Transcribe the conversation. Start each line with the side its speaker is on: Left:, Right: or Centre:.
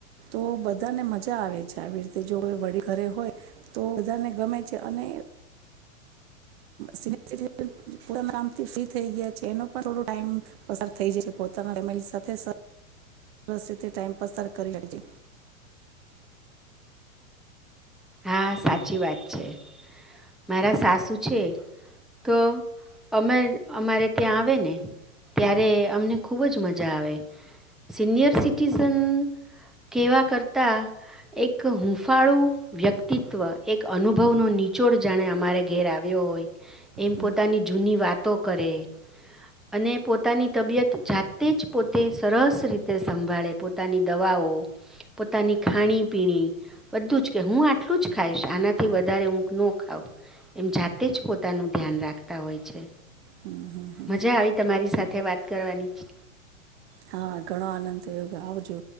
Right: તો બધાને મજા આવે છે આવી રીતે જો કો વડીલ ઘરે હોય તો બધાને ગમે છે અને સિનયર <unintelligible> ફ્રી થઈ ગયા છે એનો પણ થોડો ટાઈમ પસાર થઈ જાય છે પોતાના ફેમિલી સાથે રસી તે ટાઈમપાસ કરી શકે છે.
Centre: હા સાચી વાત છે મારા સાસુ છે તો અમે અમારે ત્યાં આવે ને ત્યારે અમને ખૂબ જ મજા આવે સિનિયર સિટીઝન કહેવા કરતાં એક હુંંફાળું વ્યક્તિ અસ્તિત્વ એક અનુભવનો નીચોડ જાણે અમારે ઘેર આવ્યો હોય એમ
Right: હમ,
Centre: પોતાની જૂની વાતો કરે અને પોતાની તબિયત જાતે જ પોતે સરસ રીતે સંભાળે પોતાની દવાઓ પોતાની ખાણીપીણી બધું જ કે હું આટલું આટલું જ ખાઈશ, આનાથી વધારે નો ખાવ. એમ જાતે જ પોતાનું ધ્યાન રાખ તા હોય છે.
Right: હમ, હમ, હમ.
Centre: મજા આવી તમારી સાથે વાત કરવાની છે.
Right: હા ઘણો આનંદ થયો આવજો.